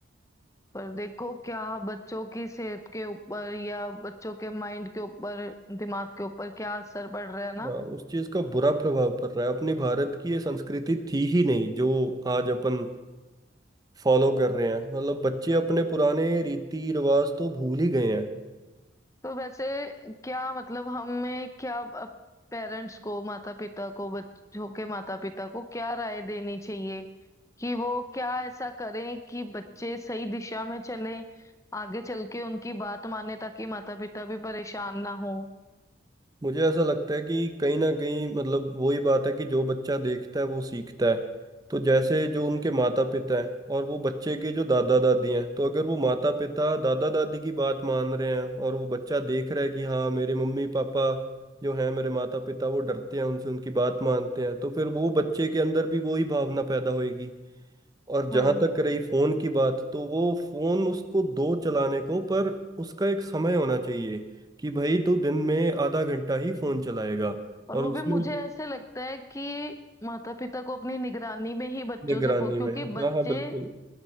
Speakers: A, on the left (about 15°); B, on the right (about 20°).
A: पर देखो क्या बच्चों की सेहत के ऊपर या बच्चों के माइंड के ऊपर दिमाग के ऊपर क्या असर पड़ रहा है ना
B: हाँ, उस चीज का बुरा प्रभाव पड़ रहा है अपने भारत की ये संस्कृति थी ही नहीं जो आज अपन फॉलो कर रहे हैं मतलब बच्चे अपने पुराने रीति रिवाज तो भूल ही गए हैं
A: तो वैसे क्या मतलब हमें क्या पेरेंट्स को माता पिता को बच्चों के माता पिता को क्या राय देनी चाहिए कि वो क्या ऐसा करें कि बच्चे सही दिशा में चलें आगे चल के उनकी बात माने ताकि माता पिता भी परेशान ना हो
B: मुझे ऐसा लगता है कि कहीं ना कहीं मतलब वही बात है कि जो बच्चा देखता है वो सीखता है तो जैसे जो उनके माता पिता हैं और वो बच्चे के जो दादा दादी हैं तो अगर वो माता पिता दादा दादी की बात मान रहे हैं और वो बच्चा देख रहा है कि हाँ मेरे मम्मी पापा जो हैं मेरे माता पिता वो डरते हैं उनसे उनकी बात मानते हैं तो फिर वो बच्चे के अंदर भी वही भावना पैदा होगी और जहां
A: हाँ
B: तक रही फोन की बात तो वो फोन उसको दो चलाने को पर उसका एक समय होना चाहिए कि भाई तू दिन में आधा घंटा ही फोन चलाएगा
A: और
B: और
A: वो
B: उसमें
A: भी मुझे ऐसे लगता है कि माता पिता को अपनी निगरानी में ही बच्चों
B: निगरानी
A: से फो क्योंकि
B: में
A: बच्चे
B: हाँ हाँ बिल्कुल